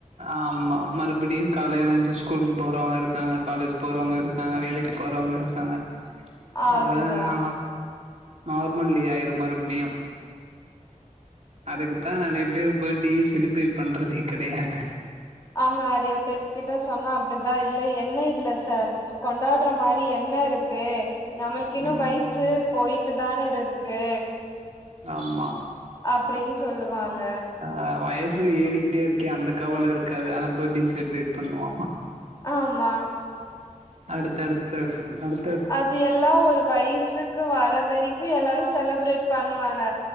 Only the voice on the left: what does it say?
அதுதான்
ஆமா நெறையா பேத்துக்கிட்ட சொன்னா அப்டிதா இல்ல என்ன இல்ல சா கொண்டாட்ற மாரி என்ன இருக் க்கு நம்மளுக்கு இன்னு
வயிசு போயிட்டுதான இருக்கு
அப்டின்னு சொல்லுவாங்க
ஆமா
அது எல்லா ஒரு வயசு க்கு வர வரைக்கு எல்லாரு செலப்ரேட் பண்ணுவாங்க